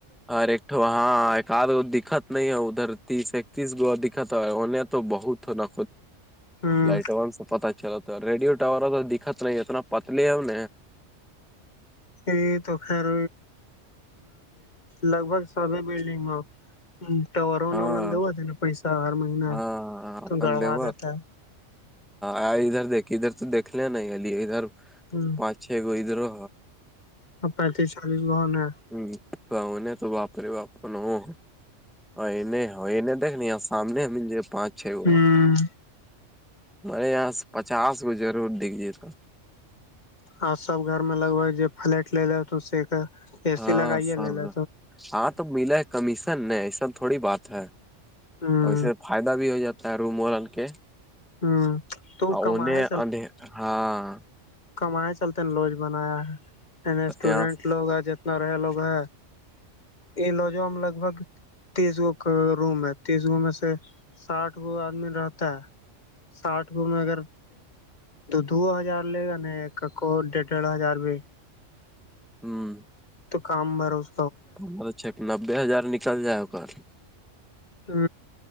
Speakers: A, in the centre; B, on the left (about 40°).
A: اورر ایکٹو ہاں کار دکھت نہیں ہے ادھر تیس اکتیس گ دکھت ہویں تو بہت ہونا
B: ہوں
A: لائٹ ون سے پت چلتا ریڈیو ٹاور تو دکھت نہیں اتنا پتلیے ہے ہم
B: ہ یہ خاار لگ بھگ سبھی بلڈنگ میں تونن
A: ہاں
B: دا نا پیسہ ہر مہین
A: ہاں
B: تو
A: اپن
B: گڑوا
A: دیو
B: دیتا ہے
A: ہاں ادھر دیکھ ادھر تو دیکھ لے ن ا ادھر
B: ہوں
A: پانچ چھ گو ادھرو
B: ہاں پینتیس چالیس گن ہے
A: ہاں بؤ نے تو باپری باپر ن ہو اورہ انیں دیکھنی سامنے ملے پانچ چھ وہ
B: ہوں
A: ہمارے یہاں پچاس گو ضرور دھجیے تو
B: اور سب گھر میں لگ بگ جو فلٹ لےے ہو س کا اے
A: ہاں
B: سی لگاائیے
A: سب
B: لےا
A: ہاں تو ملاے کمیشن نہیں ایسا تھوڑی بات ہے
B: ہاں
A: اسے فائدہ بھی ہو جاتا ہے روم ون کے
B: ہوں تو کمائے
A: انے اند ہاں
B: کمیں چلتے نا لوج بنایا ہے عنی اسٹوڈینٹ
A: یہاں
B: لوگ ہے جتنا رہے لوگ ہے لوجو ہم لگ بھگ تیس گو کا روم ہے تیس گو میں سے ساٹھ گو آدمی رہتا ہے ساٹ گو میں اگر تو دو ہزار لے گا نا ایک کو ڈڑھ ڈڑھ ہزار بھی
A: ہوں
B: تو کام بروس
A: پر اچھ نبے ہزار نکل جائے گ <unintelligible>
B: ہ